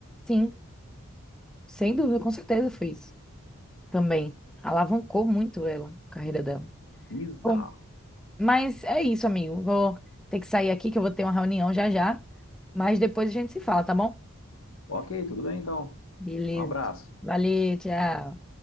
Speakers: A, in the centre; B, on the left (about 70°).
A: Sim, sem dúvida, com certeza fez. também. Alavancou muito ela, a carreira dela.
B: Bizarro.
A: Bom, mas é isso, amigo. Vou ter que sair aqui, que eu vou ter uma reunião já já. Mas depois a gente se fala, tá bom?
B: Ok, tudo bem então.
A: Beleza.
B: Um abraço.
A: Valeu, tchau.